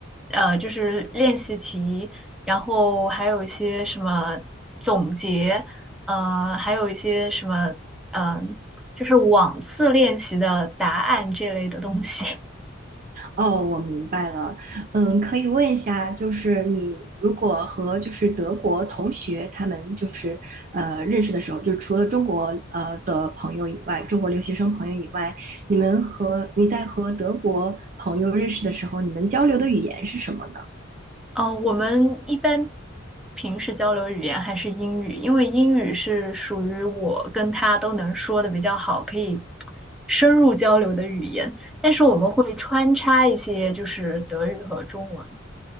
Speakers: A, in the centre; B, on the right.
A: 呃就是练习题，然后还有一些什么总结，呃还有一些什么嗯、呃就是往次练习的答案这类的东西。<laughs>
B: 哦，我明白了。嗯，可以问一下，就是你如果和就是德国同学他们就是呃认识的时候，就除了中国呃的朋友以外，中国留学生朋友以外，你们和你在和德国朋友认识的时候，你们交流的语言是什么呢？
A: 哦，我们一般平时交流语言还是英语，因为英语是属于我跟他都能说的比较好，可以深入交流的语言。但是我们会穿插一些就是德语和中文